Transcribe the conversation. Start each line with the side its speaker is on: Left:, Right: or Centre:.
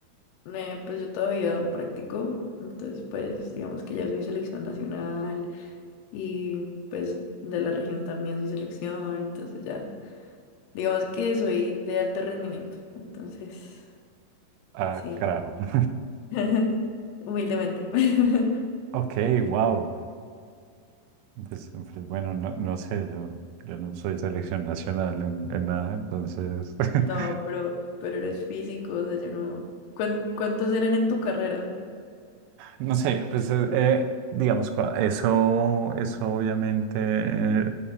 Left: Eh, pues yo todavía practico. Entonces, pues digamos que ya soy selección nacional y pues de la región también soy selección. Entonces ya. Digamos que soy de alto rendimiento, entonces,
Right: Ah,
Left: sí,
Right: carajo. <laughs>
Left: <laughs> humildemente. <laughs>
Right: Ok, wow. Pues, pues, bueno, no, no sé, yo, yo no soy selección nacional en, en nada, entonces <laughs>
Left: No, pero, pero eres físico, o sea, yo no. ¿Cuán- ¿Cuántos eran en tu carrera?
Right: No sé, pues eh, eh, digamos, cua- eso, eso obviamente eh,